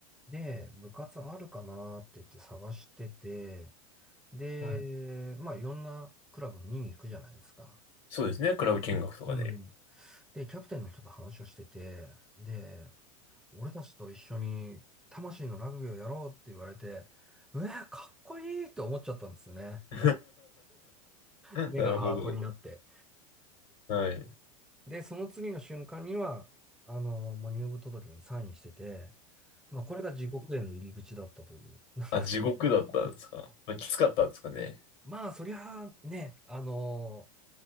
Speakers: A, in the centre; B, on the left (about 55°).
A: で、部活あるかなって言って探してて、で、
B: はい。
A: まあ、いろんなクラブ見に行くじゃないですか。
B: そうですね。クラブ見学とかで。
A: うん。で、キャプテンの人と話をしてて、で、俺たちと一緒に魂のラグビーをやろうって言われて、うわ、かっこいいって思っちゃったんですよね。
B: <laughs>
A: 目がハートになって。
B: なるほど。はい。
A: で、その次の瞬間には、あの、もう入部届にサインしてて、まあ、これが地獄への入り口だったという。なんか
B: あ、地獄だったんですか。まあ、きつかったんですかね。
A: まあ、そりゃあね、あのー